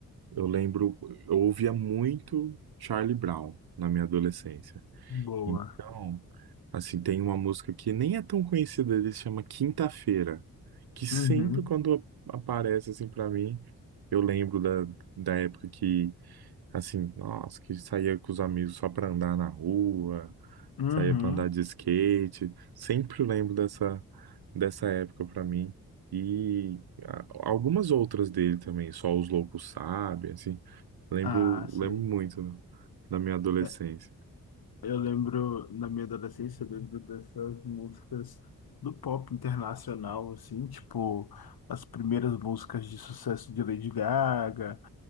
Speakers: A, on the right; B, on the left.
A: eu lembro, eu ouvia muito Charlie Brown na minha adolescência.
B: Boa.
A: Então, assim, tem uma música que nem é tão conhecida, ele chama Quinta-feira, que sempre
B: Uhum,
A: quando aparece, assim, pra mim, eu lembro da, da época que, assim, nossa, que saía com os amigos só pra andar na rua,
B: uhum.
A: Saía pra andar de skate. Sempre lembro dessa, dessa época pra mim. E a- algumas outras dele também, Só os Loucos Sabem, assim. Lembro,
B: Ah, sim.
A: lembro muito da minha adolescência.
B: É, eu lembro, na minha adolescência, eu lembro dessas músicas do pop internacional, assim, tipo, as primeiras músicas de sucesso de Lady Gaga,